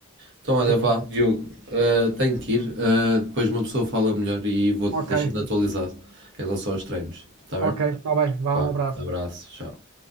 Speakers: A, on the right; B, on the right.
A: Então, olha,
B: E,
A: vá,
B: pá,
A: Diogo, ah, tenho que ir. ah, depois uma pessoa fala melhor e vou-te
B: ok,
A: deixando atualizado em relação aos treinos. Está
B: ok,
A: bem?
B: está bem, vá,
A: Vá,
B: um abraço.
A: abraço, tchau.